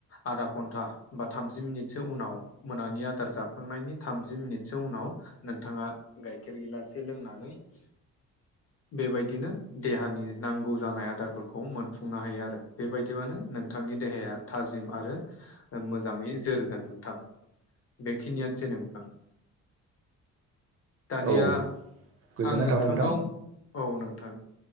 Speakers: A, on the left (about 50°); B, on the right (about 50°).
A: आधा घन्टा बा थामजि मिनिट सो उनाव मोनानि आदार जाखांनायनि थामजि मिनिटसो उनाव नोंथाङा गाइखेर गिलासे लोंनानै <inaudible> बेबायदिनो देहानि नांगौ जानाय आदारफोरखौ मोनफुंनो हायो आरो बेबायदिबानो नों नोंथांनि देहाया थाजिम आरो मोजाङै जोर गोन नोंथां बेखिनियानोसै नोंथां। दानिया
B: औ गोजोननाय
A: आं नोंथांनाव
B: थाबाय नोंथां
A: औ नोंथां।